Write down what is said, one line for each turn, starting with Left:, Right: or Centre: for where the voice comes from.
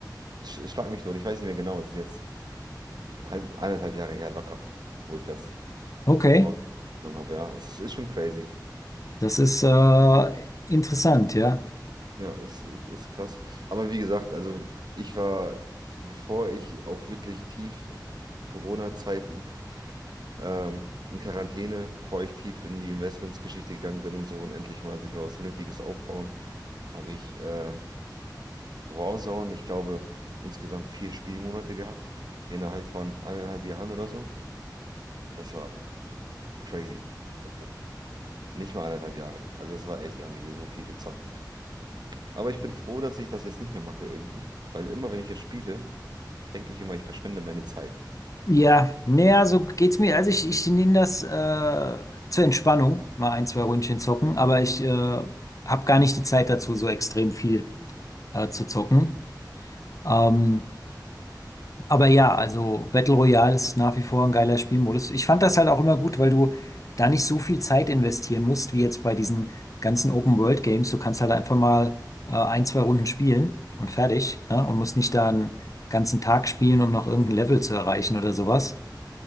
Right: Sch schlag mich tot, ich weiß nicht mehr genau. es ist jetzt ein halb, eineinhalb Jahre her locker, wo ich das
Left: Okay,
Right: überhaupt genommen habe. Ja, es ist schon crazy.
Left: das ist äh, interessant, ja.
Right: Ja, es, es ist krass. Aber wie gesagt, also ich war, bevor ich auch wirklich tief Corona-Zeiten ähm, in Quarantäne, bevor ich tief in die Investments-Geschichte gegangen bin und so und endlich mal sich mal was Vernünftiges aufbauen, habe ich äh, Warzone, ich glaube, insgesamt vier Spielmonate gehabt, innerhalb von eineinhalb Jahren oder so. Das war crazy. Also Nicht mal eineinhalb Jahre. Also das war echt, wir haben hier so viel gezockt. Aber ich bin froh, dass ich das jetzt nicht mehr mache irgendwie, weil immer, wenn ich jetzt spiele, denke ich immer, ich verschwende meine Zeit.
Left: Ja, naja, so geht's mir. Also ich, ich nehme das äh, zur Entspannung, mal ein, zwei Ründchen zocken, aber ich äh, habe gar nicht die Zeit dazu, so extrem viel äh, zu zocken. Ähm, aber ja, also Battle Royale ist nach wie vor ein geiler Spielmodus. Ich fand das halt auch immer gut, weil du da nicht so viel Zeit investieren musst, wie jetzt bei diesen ganzen Open World Games. Du kannst halt einfach mal äh, ein, zwei Runden spielen und fertig, ne? Und musst nicht da einen ganzen Tag spielen, um noch irgendein Level zu erreichen oder sowas.